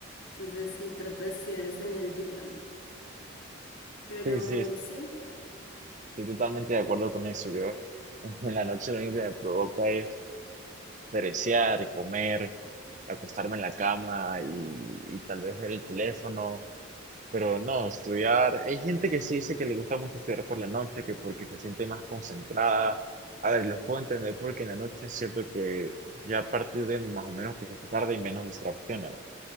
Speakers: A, on the left; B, on the right.
A: Entonces sí, trato de estudiar es en el día. Pero
B: Sí, sí,
A: sí,
B: estoy totalmente de acuerdo con eso. Yo <laughs> en la noche lo único que me provoca es perecear, comer, acostarme en la cama y, y tal vez ver el teléfono Pero no, estudiar. Hay gente que sí dice que le gusta mucho estudiar por la noche, que porque se siente más concentrada. A ver, los puedo entender porque en la noche es cierto que ya a partir de más o menos que se hace tarde y menos distracciones.